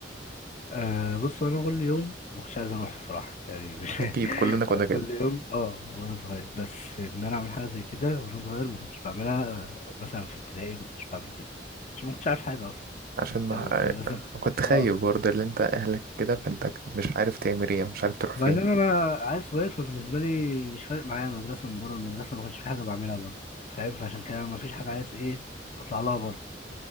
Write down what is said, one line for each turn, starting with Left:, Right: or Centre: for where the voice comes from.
Left: آه بص انا كل يوم ما كنتش عايز اروح بصراحه يعني مش
Right: اكيد
Left: <laughs>
Right: كلنا كنا
Left: انا
Right: كده
Left: كل يوم اه وانا صغير بس ان انا اعمل حاجه زي كده وانا صغير ما كنتش بعملها آه، مثلا في ابتدائي ما كنتش بعمل كده عشان ما كنتش عارف حاجه اصلا
Right: عشان ما
Left: او مثلا
Right: كنت خايف
Left: اه
Right: برضه اللي انت اهلك كده فانت مش عارف تعمل ايه مش عارف تروح فين
Left: وبعدين انا عيل صغير فبالنسبه لي مش فارق معايا المدرسه من بره المدرسه ما كانش في حاجه بعملها بره فاهم فعشان كده أنا ما فيش حاجه عايز ايه اطلع لها بره